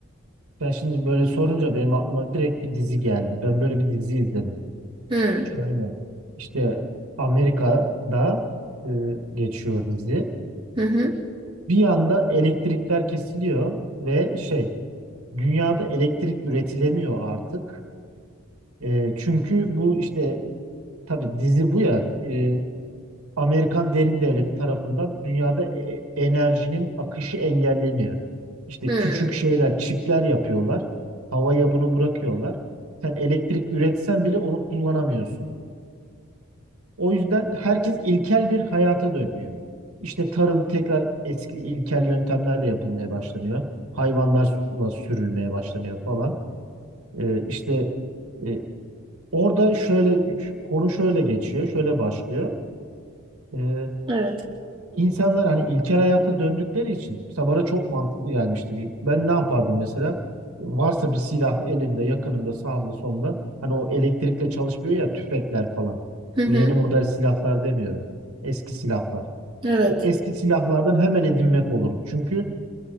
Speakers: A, on the right; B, on the right.
A: Ben şimdi böyle sorunca benim aklıma direkt bir dizi geldi. Ben böyle bir dizi izledim.
B: Hmm.
A: Şöyle işte Amerika'da e, geçiyor dizi.
B: Hı hı.
A: Bir anda elektrikler kesiliyor ve şey dünyada elektrik üretilemiyor artık. E, çünkü bu işte tabii dizi bu ya e, Amerikan derin devleti tarafından dünyada e- enerjinin akışı engelleniyor. İşte
B: Hmm.
A: küçük şeyler, çipler yapıyorlar. Havaya bunu bırakıyorlar. Sen elektrik üretsen bile onu kullanamıyorsun. O yüzden herkes ilkel bir hayata dönüyor. İşte tarım tekrar eski ilkel yöntemlerle yapılmaya başlanıyor. Hayvanlarla sürülmeye başlanıyor falan. Ee, işte e, orada şöyle konu şöyle geçiyor, şöyle başlıyor. Ee,
B: Evet.
A: İnsanlar hani ilkel hayata döndükleri için mesela bana çok mantıklı gelmişti. Bir- Ben ne yapardım mesela? Varsa bir silah elimde, yakınımda, sağımda, solumda. Hani o elektrikle çalışmıyor ya tüfekler falan.
B: Hı hı.
A: Bu yeni model silahlar demiyorum. Eski silahlar.
B: Evet.
A: O eski silahlardan hemen edinmek olurdu. Çünkü